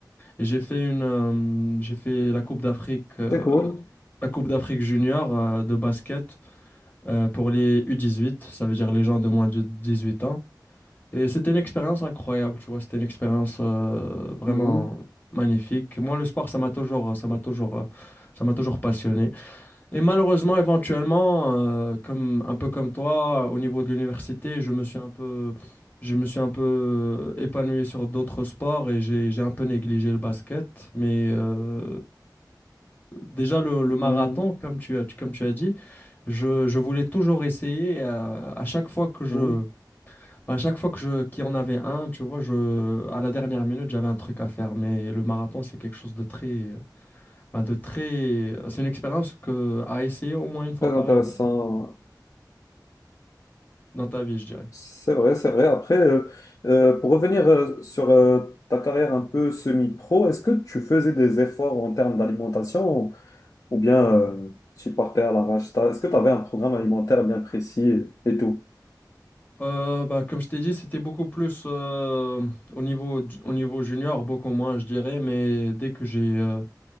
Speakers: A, on the left; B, on the left.
A: et j'ai fait une euh, j'ai fait la Coupe d'Afrique euh,
B: C'est cool.
A: la Coupe d'Afrique junior euh, de basket euh, pour les U18, ça veut dire les gens de moins de 18 ans. Et c'était une expérience incroyable, tu vois, c'était une expérience euh, vraiment
B: Mhm,
A: magnifique. Moi, le sport, ça m'a toujours, ça m'a toujours, euh, ça m'a toujours passionné. Et malheureusement, éventuellement, euh, comme un peu comme toi, au niveau de l'université, je me suis un peu, je me suis un peu euh, épanoui sur d'autres sports et j'ai, j'ai un peu négligé le basket. Mais euh, déjà le, le marathon,
B: mhm,
A: comme tu as, comme tu as dit, je, je voulais toujours essayer. euh, à chaque fois que je,
B: mhm.
A: à chaque fois que je, qu'il y en avait un, tu vois, je, à la dernière minute, j'avais un truc à faire. Mais le marathon, c'est quelque chose de très, euh, ben, de très... euh, C'est une expérience que... à essayer au moins une fois
B: Très
A: par
B: intéressant.
A: heure dans ta vie, je dirais.
B: C'est vrai, c'est vrai. Après, euh, euh, pour revenir euh, sur euh, ta carrière un peu semi-pro, est-ce que tu faisais des efforts en termes d'alimentation ou, ou bien euh, tu partais à l'arrache? T'as- Est-ce que tu avais un programme alimentaire bien précis et, et tout?
A: Euh, ben, comme je t'ai dit, c'était beaucoup plus euh, au niveau, au niveau junior, beaucoup moins, je dirais, mais dès que j'ai euh,